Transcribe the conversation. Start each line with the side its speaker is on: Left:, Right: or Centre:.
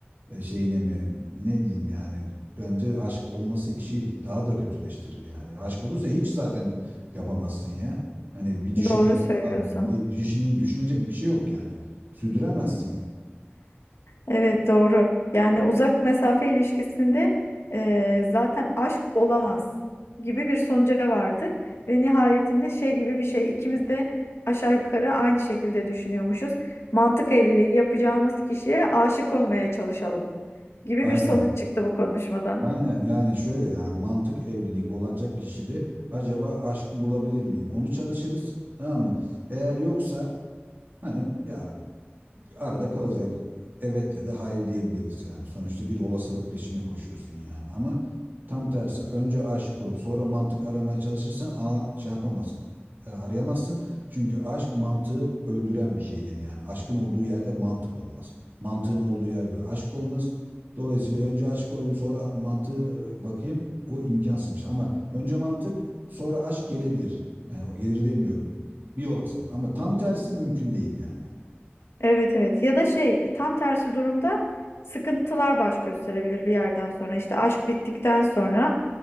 Right: e, şeyine mi ne diyeyim yani bence aşk olması işi daha da kötüleştirir yani. Aşk olursa hiç zaten yapamazsın ya. Hani bir düşüneyim
Left: doğru söylüyorsun.
Right: falan. Ne, düşüneyim, düşünecek bir şey yok yani. Sürdüremezsin.
Left: Evet doğru. Yani uzak mesafe ilişkisinde eee, zaten aşk olamaz gibi bir sonuca vardık ve nihayetinde şey gibi bir şey ikimiz de aşağı yukarı aynı şekilde düşünüyormuşuz. Mantık evliliği yapacağımız kişiye aşık olmaya çalışalım gibi
Right: Aynen
Left: bir sonuç çıktı bu konuşmadan.
Right: Aynen yani şöyle yani mantık evlilik olacak kişide acaba aşkı bulabilir miyim? Onu çalışırız tamam mı? Eğer yoksa hani ya arada kalacak. Yani evet ya da hayır diyebiliriz yani. Sonuçta bir olasılık peşine koşuyorsun yani. Ama tam tersi önce aşık olup sonra mantık aramaya çalışırsan a- şey yapamazsın. e, Arayamazsın. Çünkü aşk mantığı öldüren bir şeydir yani. Aşkın olduğu yerde mantık olmaz. Mantığın olduğu yerde aşk olmaz. Dolayısıyla önce aşık olayım sonra mantığı e, bakayım o imkansız bir şey. Ama önce mantık sonra aşk gelebilir. Yani gelir demiyorum. Bir olasılık ama tam tersi mümkün değil yani.
Left: Evet evet ya da şey tam tersi durumda sıkıntılar baş gösterebilir bir yerden sonra işte aşk bittikten sonra